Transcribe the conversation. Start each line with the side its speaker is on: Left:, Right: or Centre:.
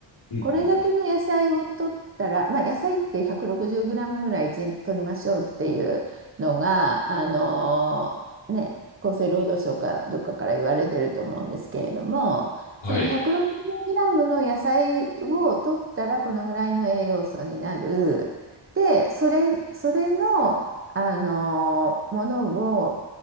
Left: うんうんうん。
Right: これだけの野菜を取ったら、まあ、野菜って1 6 0グラムぐらい1日取りましょうっていうのが、あのーね、厚生労働省かどっかから言われてると思うんですけれども、
Left: はい。
Right: その1 6 0グラムの野菜を取ったらこのぐらいの栄養素になる。で、それ、それの、あのーものを、